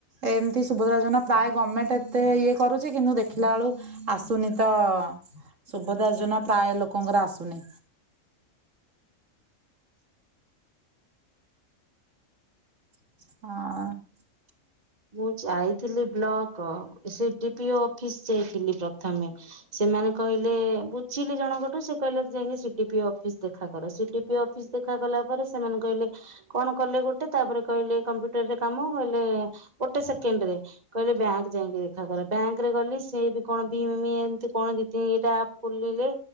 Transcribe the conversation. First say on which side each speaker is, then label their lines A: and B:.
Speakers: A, on the right; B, on the right.
A: ଏ ସୁଭଦ୍ରା ଯୋଜନା ପ୍ରାୟ ଗଭର୍ଣମେଣ୍ଟ ଏତେ ଇଏ କରୁଛି କିନ୍ତୁ ଦେଖିଲା ବେଳୁ ଆସୁନି ତ ସୁଭଦ୍ରା ଯୋଜନା ପ୍ରାୟ ଲୋକଙ୍କର ଆସୁନି ହଁ
B: ମୁଁ ଯାଇଥିଲି ବ୍ଲକ କ ସେି ଡି ପିଓ ଅଫିସ ଯାଇ ଥିଲି ପ୍ରଥମେ ସେମାନେ କହିଲେ ବୁଝିଲି ଜଣଙ୍କଠୁ ସେ କହିଲେ ଯାଇକି ସିଡି ପି ଅଫିସ ଦେଖା କର ସିଡି ପି ଅଫିସ ଦେଖା କଲା ପରେ ସେମାନେ କହିଲେ କଣ କଲେ ଗୋଟେ ତାପରେ କହିଲେ କମ୍ପ୍ୟୁଟରରେ କାମ କହିଲେ ଗୋଟେ ସେକେଣ୍ଡ ରେ କହିଲେ ବ୍ୟାଙ୍କ ଯାଇକି ଦେଖା କର ବ୍ୟାଙ୍କରେ ଗଲି ସିଏ ବି କଣ ଭିମ ମି ଏମତି କଣ ଦି ତିନି ଦିଟା ଆପ ଖୋଲିଲେ